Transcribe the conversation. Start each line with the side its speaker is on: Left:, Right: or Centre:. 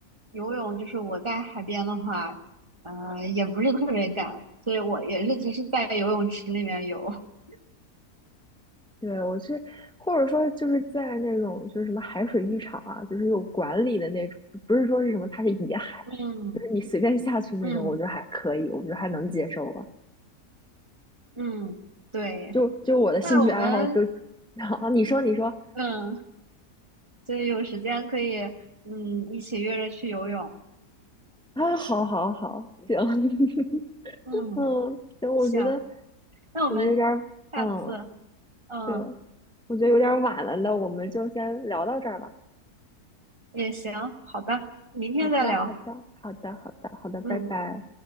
Right: 游泳，就是我在海边的话，呃，也不是特别敢，所以我也是只是在游泳池里面游。<laughs>
Centre: 对，我去，或者说就是在那种就是什么海水浴场啊，就是有管理的那种，就不是说是什么它是野海，
Right: 嗯
Centre: 就是你随便下去那种，
Right: 嗯
Centre: 我觉得还可以，我觉得还能接受吧。
Right: 嗯，对。
Centre: 就就我的兴趣爱好都，
Right: 那我们
Centre: <laughs> 啊，你说你说
Right: 嗯。所以有时间可以，嗯，一起约着去游泳。
Centre: 啊，好好好，行，<laughs>
Right: 嗯，
Centre: 嗯，行，我觉得
Right: 行，那我们
Centre: 我觉得有点儿，
Right: 下次，
Centre: 嗯，
Right: 嗯，
Centre: 对，我觉得有点儿晚了，那我们就先聊到这儿吧。
Right: 也行，好的，明天再聊。
Centre: 好的，好的，好的，好的，好的，拜拜。
Right: 嗯。